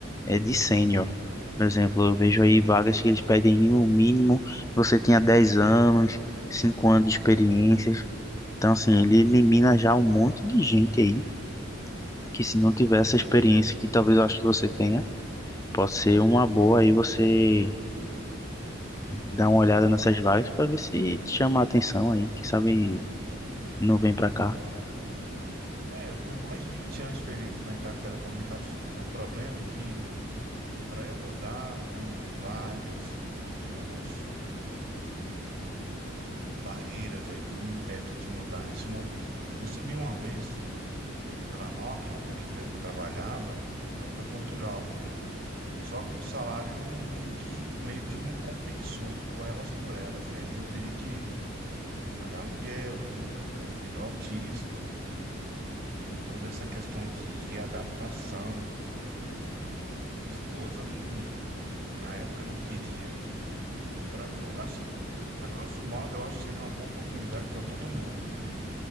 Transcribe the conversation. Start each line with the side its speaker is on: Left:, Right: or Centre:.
Left: é, de sênior. Por exemplo, eu vejo aí vagas que eles pedem no mínimo você tenha 10 anos, 5 anos de experiências. Então, assim, ele elimina já um monte de gente aí que se não tiver essa experiência que talvez eu acho que você tenha, pode ser uma boa aí você Dá uma olhada nessas vagas para ver se te chama a atenção aí. Quem sabe não vem para cá.
Right: É, É, eu tenho mais de 20 anos de experiência no mercado de telecomunicações, né? O problema é que para eu mudar, tem várias, digamos, barreiras aí que me impedem de mudar nesse momento. Eu recebi uma vez pela Nokia, né, pela empresa que eu trabalhava, para ir para Portugal. Só que o salário não, meio que, meio que não compensou, ficou elas por elas. E aí eu teria que pagar aluguel, né? Eu tenho um filho autista, e tem toda essa questão de readaptação. E minha esposa, não, na época, não queria, né? Eu, pra, eu, assim, a grosso modo, eu acho que seria uma boa oportunidade para todo mundo, né?